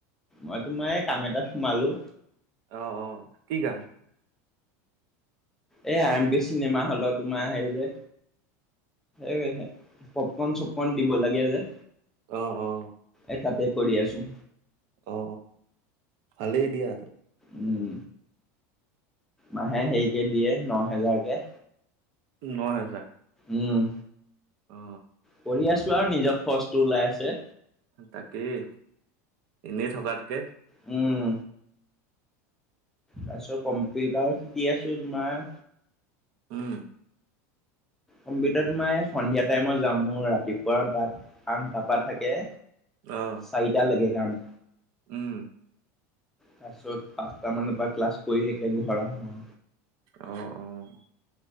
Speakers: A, in the centre; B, on the right (about 55°).
A: মই তোমাৰ এই কাম এটাত সোমালো।
B: অ অ, কি কাম?
A: এই আৰ এম পি চিনেমা হলত তোমাৰ হেৰি যে, এ পপকন চ কন দিব লাগে যে,
B: অ অ
A: এ তাতে কৰি আছো।
B: অ, ভালেই দিয়া।
A: উম, মাহে হেৰিকে দিয়ে ন হেজাৰকে।
B: ন হেজাৰ।
A: উম
B: অ
A: কৰি আছো আৰু নিজৰ খচটো ওলাই আছে।
B: তাকেই, এনেই থকাতকে।
A: উম। তাৰপিছত কম্পিউটাৰ শিকি আছো তোমাৰ।
B: উম।
A: কম্পিউটাৰ তোমাৰ মই সন্ধিয়া টাইমত যাম ৰাতিপুৱা দাত আঠটাপা থাকে।
B: অহ।
A: চাৰিটা লাগে কাম।
B: উম।
A: তাৰ পিছত পাঁচটা মানৰ পৰা ক্লাছ কৰি থাকে ঘৰা আহ।
B: অ অহ,